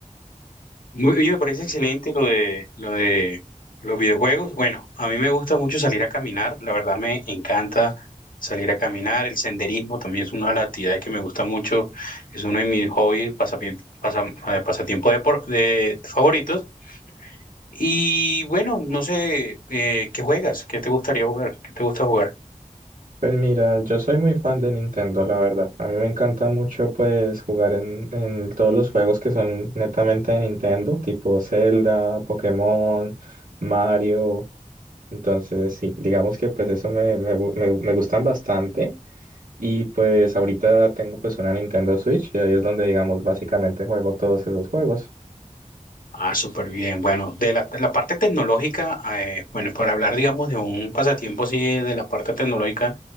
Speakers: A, on the left (about 85°); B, on the right (about 80°).
A: Muy, oye, me parece excelente lo de, lo de los videojuegos. Bueno, a mí me gusta mucho salir a caminar. La verdad me encanta salir a caminar. El senderismo también es una de las actividades que me gusta mucho. Es uno de mis hobbies, pasapien- pasa- eh, pasatiempos de, por- de favoritos. Y bueno, no sé, eh, ¿qué juegas? ¿Qué te gustaría jugar? ¿Qué te gusta jugar?
B: Pues mira, yo soy muy fan de Nintendo, la verdad. A mí me encanta mucho pues jugar en, en todos los juegos que son netamente de Nintendo, tipo Zelda, Pokémon, Mario. Entonces sí, digamos que pues eso me, me, gu- me, me gustan bastante. Y pues ahorita tengo pues una Nintendo Switch y ahí es donde digamos básicamente juego todos esos juegos.
A: Ah, súper bien. Bueno, de la, la parte tecnológica, eh, bueno, para hablar, digamos, de un pasatiempo así de, de la parte tecnológica,